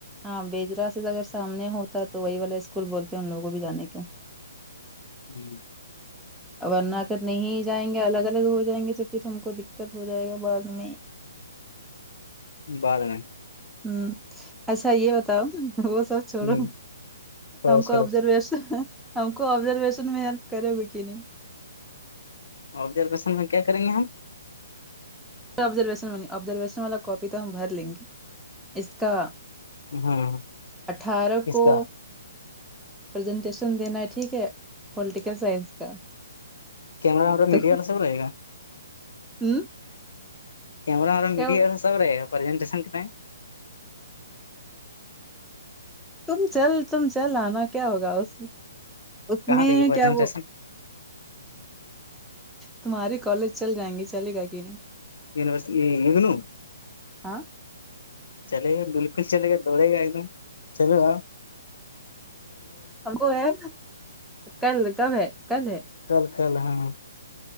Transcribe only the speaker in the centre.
ہاں بیجرا سے اگر سامنے ہوتا تو وہی والا اسکول بولتے ہیں ان لوگوں بھی جانے کیوں
اور ورنہ ا کر نہیں جائیں گے الگ الگ ہو جائیں گے تو پھر ہم کو دقت ہو جائے گا بعد میں
ہوں اچھا یہ بتاؤ وہ سب چھوڑو
ا کا
ابزرویشن ہم کو ابزرویشن میں ہیلپ کرے گا کہ نہیں
آبزرویشننی آبزرویشن والا کاپی تو ہم بھر لیں گے اس کا
اٹھارہ
کو
پزنٹیشن دینا ہے ٹھیک ہے پلیٹیکل سائنس کا
تو
ہوں
کیا
ہو-
تم چل تم چل آنا کیا ہوگا اس میں اس
میں
کیا وہ تمہاریے کالج چل جائیں گی چلے گا کہ نہیں
ہاں
وہ ہے کل کم ہے کل ہے